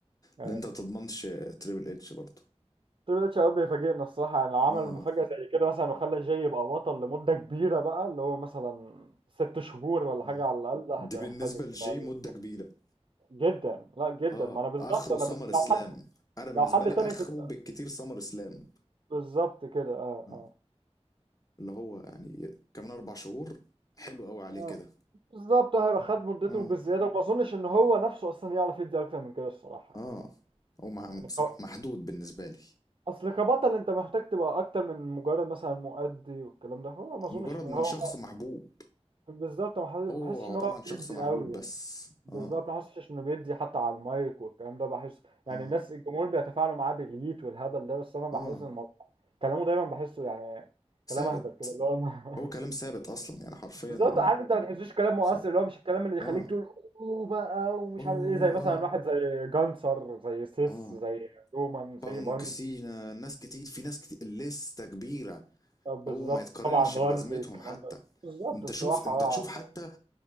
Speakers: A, on the right; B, on the left.
A: أي.
B: لان انت ما تضمنش تريبل اتش برضه
A: تريبل اتش اوقات بيفاجئنا الصراحه يعني لو عمل
B: اه
A: مفاجاه زي كده مثلا وخلى جي يبقى بطل لمده كبيره بقى اللي هو مثلا ست شهور ولا
B: اه
A: حاجه على الاقل لا
B: دي
A: هتبقى
B: بالنسبه
A: مفاجاه كده
B: لجي
A: أوي.
B: مده كبيره
A: جدا لا جدا
B: اه
A: ما انا بالظبط
B: اخره
A: انا
B: سمر
A: ب...
B: اسلام
A: لو حد
B: انا بالنسبه
A: لو حد
B: لي
A: تاني
B: اخره
A: كنت
B: بالكتير سمر اسلام
A: بالظبط كده اه
B: آه. اللي هو يعني كمان اربع شهور حلو قوي عليه
A: آه.
B: كده
A: بالظبط هيبقى خد مدته
B: اه
A: بالزياده وما اظنش ان هو نفسه اصلا يعرف يدي اكتر من كده الصراحه
B: اه
A: يعني
B: هو مع-
A: يعني
B: بصراحه
A: ك-
B: محدود بالنسبه لي
A: اصل كبطل انت محتاج تبقى اكتر من مجرد مثلا مؤدي والكلام ده فهو ما اظنش
B: مجرد
A: إن هو
B: من شخص محبوب
A: بالظبط ما حس-
B: هو
A: ما بحسش ان
B: عباره
A: هو
B: عن شخص
A: بيدي
B: محبوب
A: قوي
B: بس
A: يعني بالظبط
B: اه
A: ما حسش انه بيدي حتى على المايك والكلام ده بحس يعني
B: اه
A: الناس الجمهور بيتفاعلوا معاه بالييت والهبل ده بس انا بحس
B: اه
A: ان الموضوع كلامه دايما بحسه يعني
B: ثابت
A: كلام اهبل كده اللي هو <laughs>
B: هو كلام ثابت اصلا يعني حرفيا
A: بالظبط عارف انت ما تحسوش كلام مؤثر
B: ثابت
A: اللي هو مش الكلام اللي يخليك
B: اه
A: تقول اوه بقى ومش
B: اوه
A: عارف ايه زي مثلا
B: اه
A: واحد زي جانسر زي سيس
B: اه
A: زي رومان زي
B: بانك
A: بانج
B: سينا ناس كتير في ناس كتير لسه كبيره
A: آه، بالظبط
B: هو ما يتقارنش
A: طبعا رمزي
B: بجزمتهم
A: الكلام
B: حتى
A: ده بالظبط
B: انت
A: الصراحة
B: شوف انت
A: اه
B: تشوف حتى